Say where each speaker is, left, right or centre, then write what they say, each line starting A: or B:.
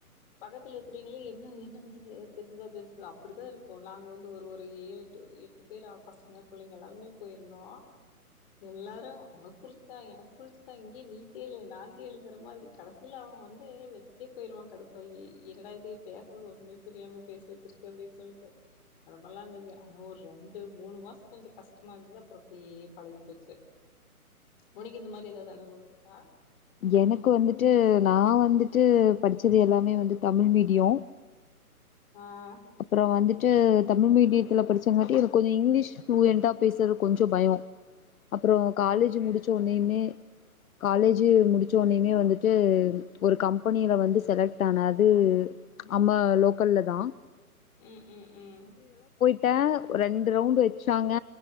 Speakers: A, on the left; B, on the left.
A: பக்கத்துல இருக்கறவீங்களே என்ன என்ன பண்ணுது தெரிஞ்சுதா பேசுதா அப்டிதா இருக்கு க்குல்ல அங்க வந்து ஒரு ஒரு ஏழெட்டு எட்டு பேரா பசங்க புள்ளைங்க எல்லாருமே போயிருந்தோம் எல்லாரும் உனக்கு புரிஞ்சுந்தா எனக்கு புரிஞ்சுதா இங்கே நீ கேளு நா கேளுங்கிற மாரி கடசீல அவன் வந்து வச்சுட்டே‌ போய்றுவான் கடுப்பாயி என்னடா இது பேசறது ஒன்மே புரியாம பேசி வச்சிருக்கு அப்டின்னு சொல்ட்டு அது மாரிலாம் இருந்தது ஆனா ஒரு ரெண்டு மூணு மாசம் கொஞ்சம் கஷ்டமா இருந்தது அப்புறம் அப்டியே பழகி போச்சு உனக்கு இந்த மாரி ஏதாவது அனுபவம் இருக்கா
B: எனக்கு வந்துட்டு நா வந்து டு படிச்சது எல்லா மே வந்து தமிழ் மீடியோ
A: ஆஹ்
B: அப்புறம் வந்துட்டு தமிழ் மீடியத்துல படிச்சாங்காட்டியு எனக்கு கொஞ்சோ இங்கிலீஷ் ஃப்ளூயன்டா பேசுறதுக்கு கொஞ்சோ பயம் அப்புறம் காலேஜ்
A: ஓகே
B: முடிச்ச உட்னயுமே காலேஜு முடிச்சோனமே வந்துட்டு ஒரு கம்பெனியில வந்து செலக்ட் ஆனா அது நம்ம லோக்கல்லதா
A: ம் ம் ம்
B: ட்ட ரெண்டு ரவுண்டு வெச்சாங்க